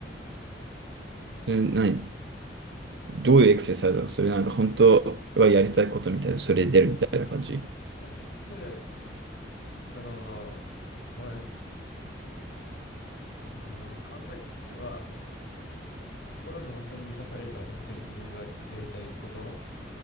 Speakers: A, on the left; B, on the right.
A: さし、
B: それ何どういうエクササイズだろうそれなんか本当はやりたいことみたいな、それで出るみたいな感じ。
A: なんか結局、その、まあ、あの、考えとしては、心に本当に満たされるのは本当に自分がやりたいこと